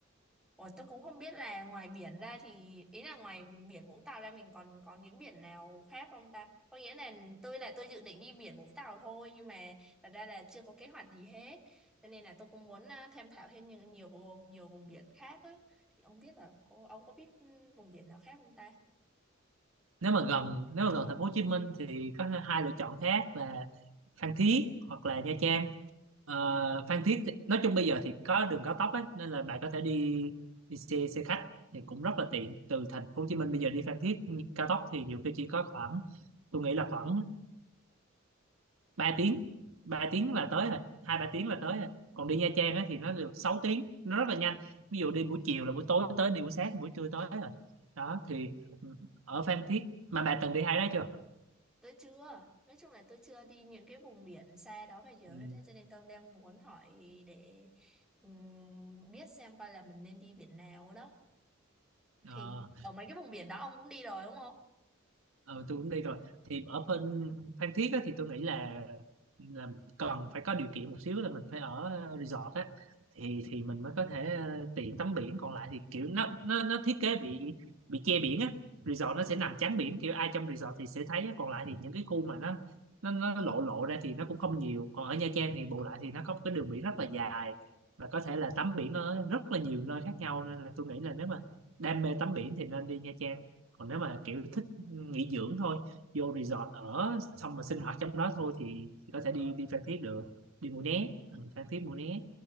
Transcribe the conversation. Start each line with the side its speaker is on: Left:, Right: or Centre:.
Centre: Ủa, tôi cũng không biết là ngoài biển ra thì ý là ngoài biển Vũng Tàu ra mình còn có những biển nào khác không ta? Có nghĩa là tôi là tôi dự định đi biển Vũng Tàu thôi nhưng mà thật ra là chưa có kế hoạch gì hết. Cho nên là tôi cũng muốn à, tham khảo thêm nhiều nhiều vùng- nhiều vùng biển khác á. Thì không biết là cô ông có biết ừ, vùng biển nào khác không ta?
Right: nếu mà gần nếu mà gần thành phố Hồ Chí Minh thì có hai lựa chọn khác là Phan Thiết hoặc là Nha Trang Ờ, Phan Thiết thì, nói chung bây giờ thì có đường cao tốc ấy, nên là bạn có thể đi đi xe xe khách thì cũng rất là tiện từ thành phố Hồ Chí Minh bây giờ đi Phan Thiết cao tốc thì nhiều khi chỉ có khoảng tôi nghĩ là khoảng 3 tiếng 3 tiếng là tới rồi hai ba tiếng là tới rồi còn đi Nha Trang á, thì nó được sáu tiếng nó rất là nhanh ví dụ đi buổi chiều là buổi tối tới đi buổi sáng thì buổi trưa tới rồi đó thì ừ, ở Phan Thiết mà bà từng đi hai đó chưa
Centre: Tôi chưa. Nói chung là tôi chưa đi những cái vùng biển xa đó bao giờ
Right: ừ.
Centre: hết á. cho nên tôi đang muốn hỏi để ừm, biết xem coi là mình nên đi biển nào đó.
Right: Ờ,
Centre: thì ở mấy cái vùng biển đó ông cũng đi rồi đúng không
Right: ừ, tôi cũng đi rồi thì ở bên Phan Thiết á, thì tôi nghĩ là là cần phải có điều kiện một xíu là mình phải ở resort á thì thì mình mới có thể ờ, tiện tắm biển còn lại thì kiểu nó nó nó thiết kế bị bị che biển á resort nó sẽ nằm chắn biển kiểu ai trong resort thì sẽ thấy á. còn lại thì những cái khu mà nó nó nó lộ lộ ra thì nó cũng không nhiều còn ở Nha Trang thì bù lại thì nó có một cái đường biển rất là dài và có thể là tắm biển ở rất là nhiều nơi khác nhau nên là tôi nghĩ là nếu mà đam mê tắm biển thì nên đi Nha Trang còn nếu mà kiểu thích nghỉ dưỡng thôi vô resort ở xong rồi sinh hoạt trong đó thôi thì, thì có thể đi đi Phan Thiết được đi Mũi Né ừ, Phan Thiết Mũi Né